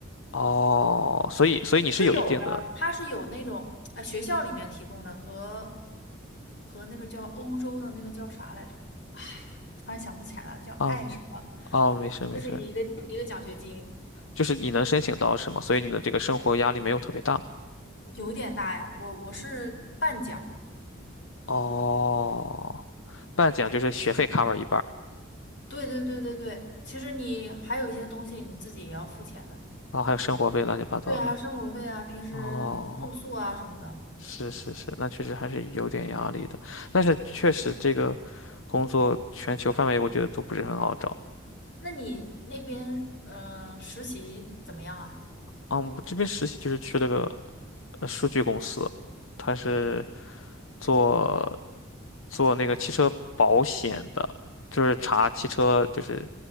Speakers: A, on the left; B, on the left.
A: 哦，所以所以你是有一定的，
B: 是有的，它是有那种啊、学校里面提供的和和那个叫欧洲的那个叫啥来着，突然想不起来了，叫爱什么，
A: 嗯，哦，没事没事，
B: 就是一个一个奖学金，
A: 就是你能申请到是吗？所以你的这个生活压力没有特别大。
B: 有点大呀。我我是半奖。
A: 哦，半奖就是学费 cover 一半儿，
B: 对对对对对，其实你还有一些东西你自己也要付钱的。
A: 然后还有生活费乱七八糟的。
B: 对啊，还有生活费啊，平时住宿啊什么的。
A: 哦。是是是，那确实还是有点压力的。但是确实这个工作全球范围我觉得都不是很好找
B: 那你那边嗯、呃实习怎么样啊？
A: 啊。我这边实习就是去了个呃数据公司，他是做做那个汽车保险的，就是查汽车就是